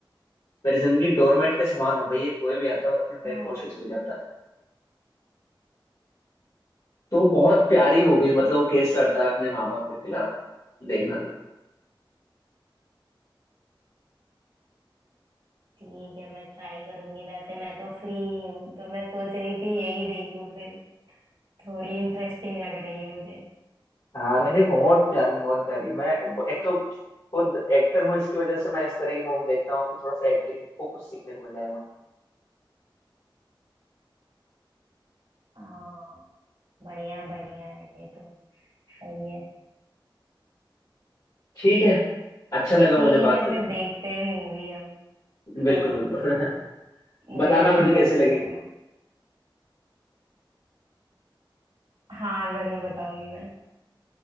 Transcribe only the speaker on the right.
हाँ
अच्छा
ठीक है मैं ट्राई करूंगी वैसे मैं तो फ्री ही हूँ तो मैं सोच रही थी यही देखूं फिर थोड़ी इंटरेस्टिंग लग रही है मुझे
हाँ बढ़िया बढ़िया है ये तो सही है
ठीक
है
फिर देखते हैं मूवी हम
हाँ
मुझे
भी
बहुत
अच्छा
लगा हाँ जरूर बताऊंगी मैं